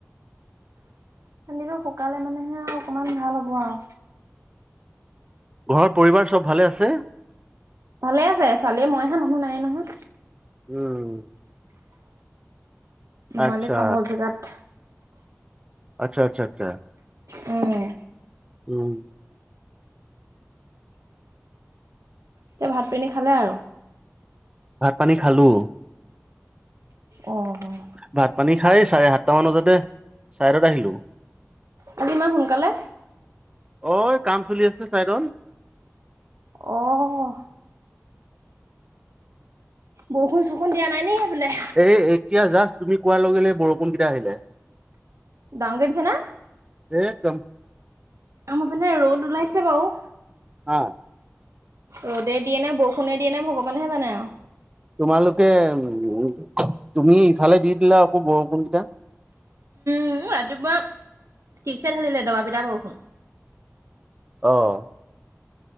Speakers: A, on the right; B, on the right.
A: পানীটো শুকালে মানেহে অকমান ভাল হ'ব আও
B: ঘৰত পৰিবাৰ চব ভালে আছে
A: ভালেই আছে, ছোৱালীয়ে মইয়েহে, মানুহ নাইয়ে নহয়।
B: উম। আচ্ছা
A: মালিক কামৰ জেগাত
B: আচ্ছা আচ্ছা আচ্ছা।
A: উম।
B: উম।
A: এতিয়া ভাত পানী খালে আৰু?
B: ভাত পানী খালোঁ।
A: অ' অ'।
B: ভাত পানী খাই চাৰে সাতটা মান বজাতে চাইদত আহিলোঁ।
A: আজি ইমান সোনকালে?
B: অ', এই কাম চলি আছিলে চাইদত।
A: অ'। বৰষুণ-চৰষুণ দিয়া নাই নেকি সেইফালে?
B: এই এতিয়া জাষ্ট তুমি কোৱাৰ লগে বৰষুণকেইটা আহিলে।
A: ডাঙৰকৈ দিছে নে?
B: একদম।
A: আমাৰ ফালে ৰ'দ ওলাইছে বাৰু।
B: অ'
A: ৰ'দেই দিয়ে নে বৰষুণেই দিয়ে ভগৱানেহে জানে আৰু।
B: তোমালোকে উম, তুমি এইফালে দি দিলা আকৌ বৰষুণ কেইটা।
A: উম, ৰাতিপুৱা ঠিকছে ঢালিলে, দবা পিটা বৰষুণ।
B: অ'।